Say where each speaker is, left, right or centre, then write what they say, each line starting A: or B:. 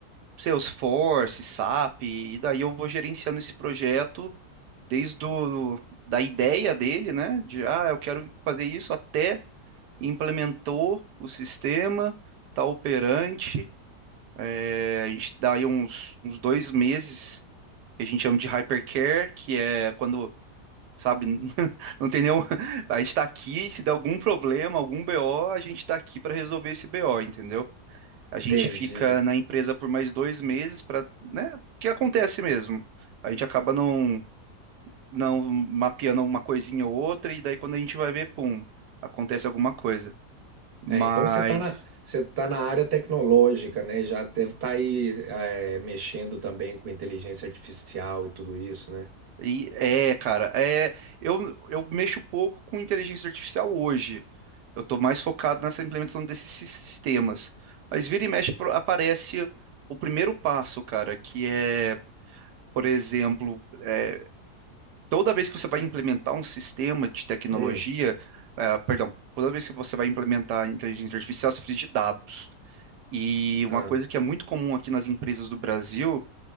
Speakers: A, on the right; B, on the right.
A: Salesforce, SAP. E daí eu vou gerenciando esse projeto desde o, da ideia dele, né? De ah, eu quero fazer isso até implementou o sistema, está operante. é, a gente dá aí uns, uns dois meses que a gente chama de hypercare, que é quando, sabe, <laughs> não tem nenhum. A gente está aqui, se der algum problema, algum BO, a gente está aqui para resolver esse BO, entendeu? A gente
B: entendi.
A: fica na empresa por mais dois meses para, né? O que acontece mesmo? A gente acaba não, não mapeando uma coisinha ou outra, e daí quando a gente vai ver, pum, acontece alguma coisa. Mas
B: É, então você está na, você tá na área tecnológica, né? Já deve estar aí é, mexendo também com inteligência artificial e tudo isso, né?
A: E é, cara, é, eu, eu mexo pouco com inteligência artificial hoje. Eu estou mais focado nessa implementação desses sis- sistemas. Mas vira e mexe pro- aparece o primeiro passo, cara, que é, por exemplo, é, toda vez que você vai implementar um sistema de tecnologia,
B: Hum,
A: ah, perdão, toda vez que você vai implementar inteligência artificial, você precisa de dados. E uma
B: ah,
A: coisa que é muito comum aqui nas empresas do Brasil